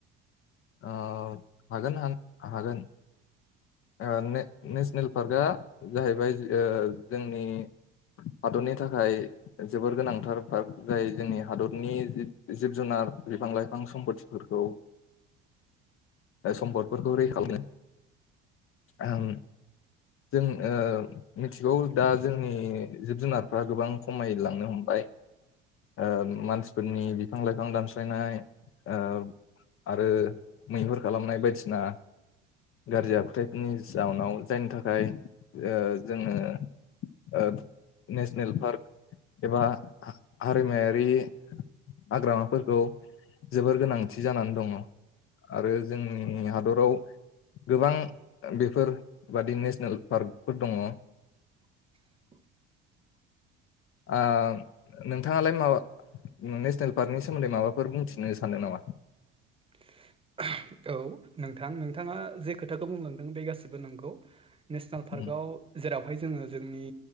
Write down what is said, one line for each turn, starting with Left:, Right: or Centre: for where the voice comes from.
Left: अ हागोन हागोन अ ने नेसनेल पार्कआ जाहैबाय अ जोंनि हादरनि थाखाय जोबोर गोनांथार पार्क जाय जोंनि हादरनि जिब जुनार नार बिफां लाइफां सम्पतिफोरखौ
Right: <inaudible>
Left: सम्पदफोरखौ रैखालाय आं जों अ मिथिगौ दा जोंनि जिब जुनारफ्रा गोबां खमायलांनो हमबाय बाय अ मानसिफोरनि बिफां लाइफां दानस्लायनाय अ आरो मैहुर खालामनाय बायदिसिना गाज्रि आखुथाय फोरनि जाउनाव जायनि थाखाय अ जोङो अ नेसनेल पार्क एबा हा हारिमायारि हाग्रामाफोरखौ जोबोर गोनांथि जानानै दङ आरो जोंनि हादराव गोबां बेफोर बादि नेसनेल पार्कफोर दङ
Right: <unintelligible>
Left: अ नोंथाङालाय माबा नेसनेल पार्कनि सोमोन्दै माबाफोर बुंथिनो सानदों नामा?
Right: <unintelligible> औ नोंथां नोंथाङा जे खोथाखौ बुंलांदों बे गासिबो नंगौ। नेसनेल पार्कआव
Left: उम
Right: जेरावहाय जोङो जोंनि